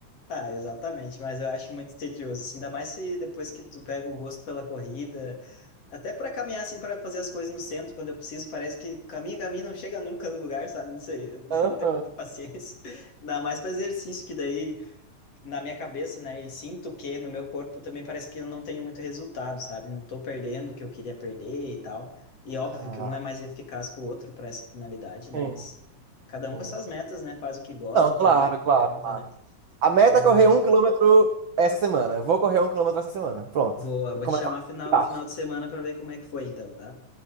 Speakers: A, on the left; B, on the right.
A: Ah, exatamente. Mas eu acho muito tedioso, assim, ainda mais se depois que tu pega o gosto pela corrida, até para caminhar, assim, para fazer as coisas no centro, quando eu preciso, parece que caminha, caminha, não chega nunca no lugar, sabe? Não sei, eu <laughs>
B: Aham.
A: não tenho muita paciência. Ainda mais para exercício, que daí. na minha cabeça, né? E sinto que no meu corpo também parece que eu não tenho muito resultado, sabe? Não tô perdendo o que eu queria perder e tal. E óbvio
B: Ah,
A: que um é mais eficaz que o outro para essa finalidade, né?
B: sim,
A: Mas cada
B: sim.
A: um com essas metas, né? Faz o que gosta
B: Não, claro,
A: também, não
B: claro,
A: adianta,
B: claro.
A: né?
B: A meta
A: Mas
B: é correr
A: ah,
B: um quilômetro essa semana. Eu vou correr um quilômetro essa semana. Pronto.
A: boa,
B: E
A: vou
B: começa
A: te chamar
B: a
A: final,
B: participar.
A: final de semana para ver como é que foi então, tá?